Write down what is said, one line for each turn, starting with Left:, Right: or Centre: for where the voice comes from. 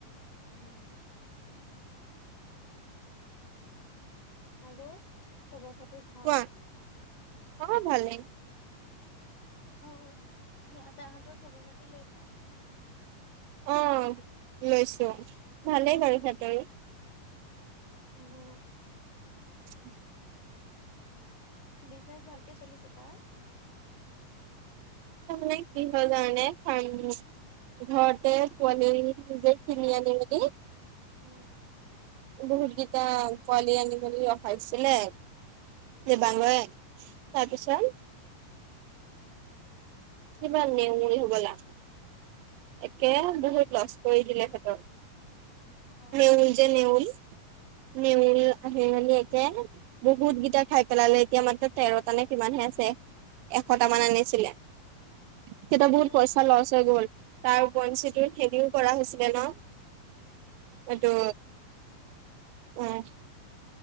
Left: উম। আৰু, খবৰ খাতি ভাল?
Right: কোৱা অ' ভালেই।
Left: অ', <unintelligible> হঁতৰ খবৰ খাতি লৈছা?
Right: অ' লৈছো, ভালেই বাৰু
Left: উম
Right: সিহঁতৰো।
Left: উম।
Right: উ
Left: বিজনেচ ভালকে চলিছে তাৰ?
Right: নাই কি হ'ল জানানে, ফাৰ্ম ঘৰতে পোৱালি নিজে কিনি আনিলেগে
Left: উম।
Right: বহুতকেইটা পোৱালি আনি মেলি ৰখাইছিলে
Left: উম
Right: যে বান্দৰে, তাৰপিছত
Left: উম
Right: কিবা নেউল হ'বলা, একে
Left: হা
Right: বহুত লছ কৰি দিলে সেইটো।
Left: অ
Right: নেউল
Left: অ
Right: যে নেউল,
Left: অ
Right: নেউল
Left: অ
Right: আহি মেলি লে, বহুতকেইটা খাই পেলালে, এতিয়া মাত্ৰ তেৰটা নে কিমান হে আছে। এশটামান আনিছিলে।
Left: আছো
Right: তেতিয়া
Left: উম
Right: বহুত পইচা লচ হৈ গ'ল, তাৰ ওপৰঞ্চিটো হেৰিও কৰা হৈছিলে ন। সেইটো, উম।